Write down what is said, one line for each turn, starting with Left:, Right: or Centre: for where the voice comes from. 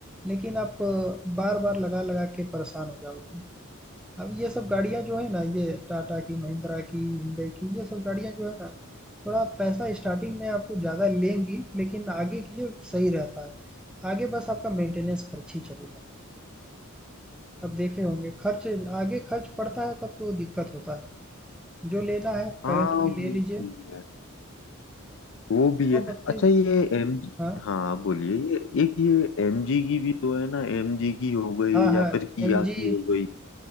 Centre: लेकिन आप बार-बार लगा-लगा के परेशान हो जाओगे। अब ये सब गाड़ियाँ जो है ना, ये टाटा की, महिंद्रा की, हुंडई की, ये सब गाड़ियाँ जो है ना, थोड़ा पैसा स्टार्टिंग में आपको ज़्यादा लेंगी, लेकिन आगे के लिए सही रहता है। आगे बस आपका मेंटेनेंस खर्च ही चलेगा। अब देखे होंगे खर्च आगे खर्च पड़ता है तब तो दिक्कत होता है। जो लेना है
Left: हाँ
Centre: करंट में ले
Left: वो
Centre: लीजिए
Left: भी है। वो भी
Centre: अब
Left: है
Centre: आप बताइए
Left: अच्छा ये एम
Centre: हाँ,
Left: हाँ आप बोलिए ये एक ये एम जी की भी तो है ना एम जी की हो गई
Centre: हाँ, हाँ,
Left: या फिर किया
Centre: एमजी
Left: की हो गई